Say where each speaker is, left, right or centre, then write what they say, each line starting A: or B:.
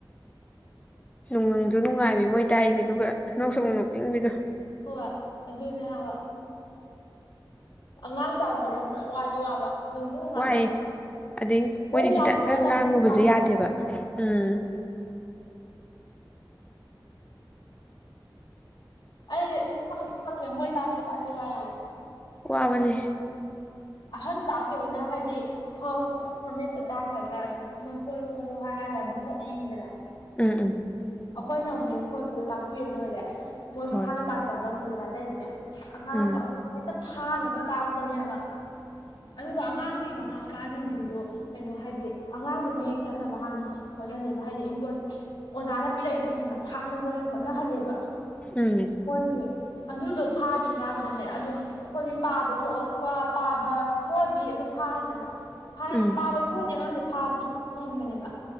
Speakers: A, on the left; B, on the left.
A: ꯅꯨꯡꯗꯨ ꯅꯨꯡꯉꯥꯏꯃꯤ ꯃꯣꯏ ꯇꯥꯏꯁꯦ ꯑꯗꯨꯒ ꯅꯣꯛꯁꯨ ꯑꯃꯨꯛ ꯅꯣꯛꯅꯤꯡꯕꯤꯗꯣ
B: ꯍꯣꯏ ꯑꯗꯨꯅꯦ ꯍꯥꯏꯕ ꯑꯉꯥꯡ ꯇꯥꯄꯗꯤ ꯌꯥꯝ ꯋꯥꯗꯤ ꯋꯥꯕ ꯅꯨꯡꯁꯨ ꯅꯨꯡꯉꯥꯏꯕ
A: ꯋꯥꯏ ꯑꯗꯩ
B: ꯃꯣꯏꯁꯦ
A: ꯃꯣꯏꯗꯤ ꯈꯤꯇꯪꯒ
B: ꯂꯥꯛꯇ꯭ꯔꯒꯅ
A: ꯉꯥꯡꯉꯨꯕꯁꯦ
B: ꯑꯃꯨꯛꯁꯨ ꯅꯨꯡꯉꯥꯏꯇꯕ
A: ꯌꯥꯗꯦꯕ ꯎꯝ
B: ꯑꯩ ꯈꯪꯗꯦ ꯃꯣꯏ ꯇꯥꯕꯗ ꯋꯥꯠꯗꯥ ꯋꯥꯏ ꯌꯥꯝꯅ
A: ꯋꯥꯕꯅꯦ
B: ꯑꯍꯟ ꯇꯥꯛꯈꯤꯕꯅ ꯍꯥꯏꯗꯤ ꯈꯥꯎ ꯐꯣꯔꯃꯦꯠꯇ ꯇꯥꯛꯈ꯭ꯔꯒ ꯑꯗꯨꯝ ꯃꯣꯏ ꯍꯣꯠꯂꯨ ꯍꯣꯠꯂꯨ ꯍꯥꯏꯔꯒ ꯑꯗꯨꯝ ꯍꯣꯠꯂꯤꯅꯤꯗꯅ
A: ꯎꯝ ꯎꯝ
B: ꯑꯩꯈꯣꯏꯅ ꯑꯃꯨꯛ ꯍꯣꯠꯄꯗꯣ ꯇꯥꯛꯄꯤꯔ ꯂꯣꯏꯔꯦ ꯃꯣꯏ
A: ꯍꯣꯏ
B: ꯃꯁꯥꯟꯅ ꯄꯥꯖꯥ ꯇꯧꯅꯤꯡꯅ ꯑꯇꯩꯗꯥ ꯃꯌꯥꯝ ꯑꯉꯥꯡ
A: ꯎꯝ
B: ꯇ ꯑꯩꯈꯣꯏ ꯍꯦꯛꯇ ꯐꯥꯅꯕ ꯇꯥꯛꯄꯅꯦ ꯍꯥꯏꯕ ꯑꯗꯨꯒ ꯑꯉꯥꯡꯒꯤ ꯃꯃꯥ ꯃꯄꯥꯁꯤꯡꯁꯤꯁꯨ ꯀꯩꯅꯣ ꯍꯥꯏꯗꯤ ꯑꯉꯥꯡꯗꯣ ꯃꯌꯦꯛ ꯆꯠꯅꯕ ꯍꯥꯟꯅ ꯍꯣꯠꯅꯗꯦꯕ ꯍꯥꯏꯗꯤ ꯏꯝꯄꯣꯔ ꯑꯣꯖꯥꯅ ꯄꯤꯔꯛꯏꯗꯣ ꯍꯦꯟꯅ ꯐꯥꯅꯕ ꯑꯣꯏꯅ ꯍꯣꯠꯅꯍꯜꯂꯦꯕ
A: ꯎꯝ
B: ꯍꯣꯏꯦ ꯑꯗꯨꯗꯣ ꯐꯥꯗ꯭ꯔꯤ ꯀꯥꯟꯗꯅꯦ ꯑꯗꯨꯝ ꯑꯩꯈꯣꯏꯒꯤ ꯄꯥꯕ ꯊꯣꯛꯂꯛꯄ ꯄꯥꯕ ꯊꯣꯛꯑꯗꯤ ꯑꯗꯨꯝ ꯐꯥꯔꯤꯗꯅ
A: ꯎꯝ
B: ꯄꯥꯕ ꯊꯣꯛꯑꯗꯤ ꯑꯉꯥꯡꯁꯦ ꯐꯥꯕꯁꯨ ꯉꯝꯕꯅꯦꯕ